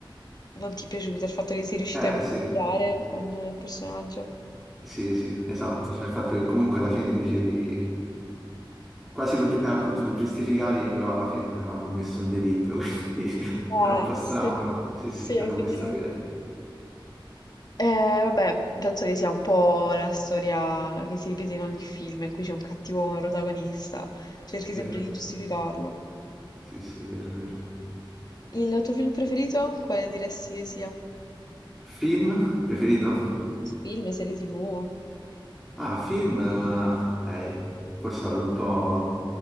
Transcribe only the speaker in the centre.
Eh
sì,
sì, sì, esatto. Cioè il fatto che comunque alla fine dicevi. quasi lo, gi- eh, appunto lo giustificavi, però alla fine aveva commesso un delitto, <laughs> quindi
era un po' strano.
Sì,
sì, era
questo che è
vero.
Sì, sì, è vero, è vero.
Film preferito?
Ah, film, eh, eh, forse vado un po'